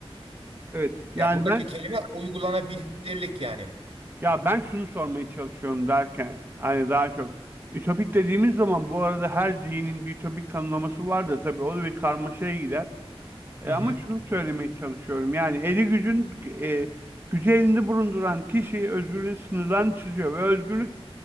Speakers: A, on the right; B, on the right.
A: Evet. Yani
B: Ya buradaki
A: ben
B: kelime uygulanabilirlik yani.
A: Ya ben şunu sormaya çalışıyorum derken hani daha çok ütopik dediğimiz zaman bu arada her zihnin bir ütopik tanımlaması var da tabii o da bir karmaşaya gider. E,
B: Hı hı.
A: ama şunu söylemeye çalışıyorum yani eli gücün e, gücü elinde bulunduran kişi özgürlüğün sınırlarını çiziyor ve özgürlük